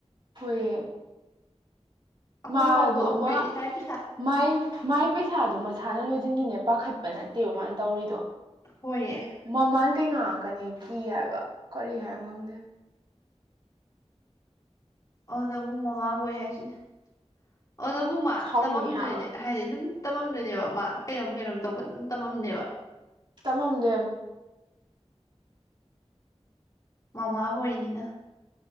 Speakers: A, on the right; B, on the left.
A: ꯍꯣꯏꯌꯦ
B: ꯑꯩꯈꯣꯏ
A: ꯃꯥꯗꯨ
B: ꯐꯥꯎꯕ ꯑꯩꯈꯣꯏ
A: ꯑꯃ
B: ꯏꯁꯥ ꯄꯩꯁꯥ
A: ꯃꯥꯏ ꯃꯥꯏ ꯄꯩꯁꯥꯗꯣ ꯃꯁꯥꯅ ꯂꯣꯏꯖꯤꯟꯒꯤꯅꯦ ꯄꯥꯈꯠꯄ ꯅꯠꯇꯦꯕ ꯃꯥꯅ ꯇꯧꯔꯤꯗꯣ
B: ꯍꯣꯏꯌꯦ
A: ꯃꯃꯥꯅ ꯀꯩ ꯉꯥꯡꯉꯀꯅꯤ ꯀꯤ ꯍꯥꯏꯕ ꯀꯔꯤ ꯍꯥꯏꯅꯣ ꯈꯪꯗꯦ
B: ꯑꯣꯅꯕꯨ ꯃꯃꯥꯕꯣꯏ ꯍꯥꯏꯁꯤꯅꯦ ꯑꯣꯅꯕꯨ ꯃꯥ
A: ꯁꯥꯎꯅꯤꯡꯉꯦ
B: ꯇꯝꯃꯝꯗꯣꯏꯅꯦ
A: ꯍꯥꯏꯕ
B: ꯍꯥꯏꯗꯤ ꯑꯗꯨꯝ ꯇꯝꯃꯝꯗꯣꯏꯅꯦꯕ ꯃꯥ ꯀꯩꯅꯣꯝ ꯀꯩꯅꯣꯝ ꯇꯧꯕ ꯑꯗꯨꯝ ꯇꯝꯃꯝꯅꯦꯕ
A: ꯇꯝꯃꯝꯗꯣꯏꯝ
B: ꯃꯃꯥꯕꯣꯏꯅꯤꯅ